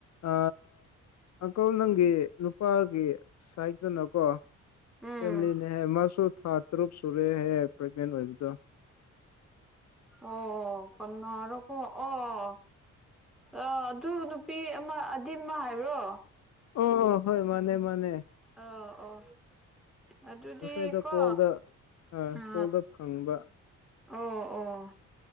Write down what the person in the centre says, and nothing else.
ꯎꯝ
ꯑꯣ ꯀꯅꯔꯀꯣ ꯑꯣ ꯑ ꯑꯗꯨ ꯅꯨꯄꯤ ꯑꯃ ꯑꯗꯤꯝꯃ ꯍꯥꯏꯕ꯭ꯔꯣ
ꯑ ꯑꯣ ꯑꯗꯨꯗꯤ
ꯀꯣ
ꯑ
ꯑꯣ ꯑꯣ